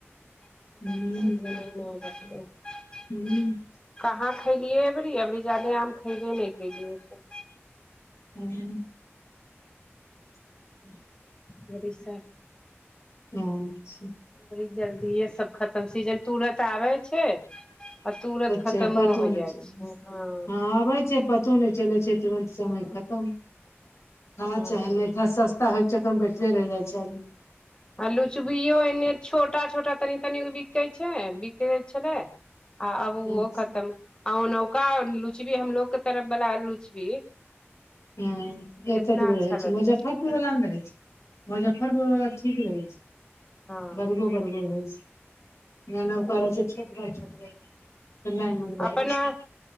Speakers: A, on the left; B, on the left.
A: <unintelligible>
B: हुँ <unintelligible>
A: कहाँ खयलियै अबरी अबरी जादे आम खयबे नै कलियै
B: <unintelligible> <unintelligible>
A: बड़ी सा
B: । <unintelligible>
A: अबरी जल्दी सब खतम छै सीजन तुरत आबै छै आ तुरत खतमो
B: छै पतो
A: हो
B: नहि
A: जाइ छै ह
B: हँ आबै छै पतो नै चले छै तुरंत समय
A: तऽ
B: खतम <inaudible> खा
A: हँ
B: चाहे नै खा कहै छै तऽ बैठले रहि जाइ छै आदमी
A: आ लुचबियो एन्हे छोटा छोटा तनी तनिगो बिकै छै बिकै छलै आ अब
B: आदमी
A: ओहो खतम आ नौका लुचबी हमलोग केँ तरफ बला लुचबी
B: ह
A: कितना
B: एत एत गो
A: अच्छा
B: रहै छै
A: लगै
B: मुजफ्फरपुर
A: तऽ
B: वला न रहै छै मुजफ्फरपुर वला ठीक रहै छै
A: हँ
B: <inaudible> बरगो बरगो रहै छै येनैका रहे छै छोट भाई छोट भ त नै मन भाय
A: अपना
B: छै